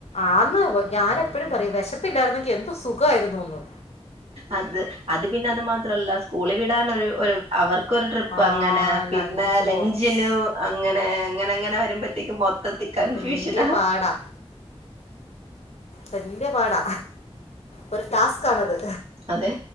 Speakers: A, on the left; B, on the right.
A: ആന്ന് ഞാൻ എപ്പഴും പറയും വിശപ്പില്ലായിരുന്നെങ്കിൽ എന്ത് സുഖയിരുന്നൂന്ന്
B: അത് അത് പിന്നെ അത് മാത്രല്ല സ്കൂളിൽ വിടാൻ ഒര് ഒരു അവർ ക്കൊരു ട്രിപ്പ്
A: ആ
B: അങ്ങനെ പിന്നെ
A: ലഞ്ച്
B: ലഞ്ചിന്
A: ബോക്സ്
B: അങ്ങനെ അങ്ങനെ അങ്ങനെ വരുമ്പോത്തേക്കും മൊത്തത്തിൽ കൺഫ്യൂഷനാ
A: വലിയ പാടാ വല്യ പാടാ ഒരു ടാസ്ക് ആണത്
B: അതെ